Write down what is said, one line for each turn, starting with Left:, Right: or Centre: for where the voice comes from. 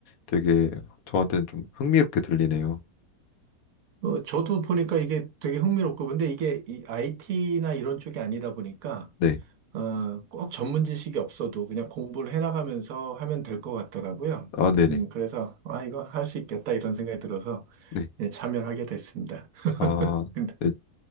Left: 되게 저한테는 좀 흥미롭게 들리네요.
Right: 어, 저도 보니까 이게 되게 흥미롭고, 근데 이게 이 IT나 이런 쪽이 아니다 보니까,
Left: 네.
Right: 어, 꼭 전문 지식이 없어도 그냥 공부를 해나가면서 하면 될 것 같더라고요.
Left: 아, 네네.
Right: 음, 그래서, 아, 이거 할 수 있겠다 이런 생각이 들어서
Left: 네.
Right: 네, 참여하게 됐습니다.
Left: 아,
Right: 근데
Left: 네.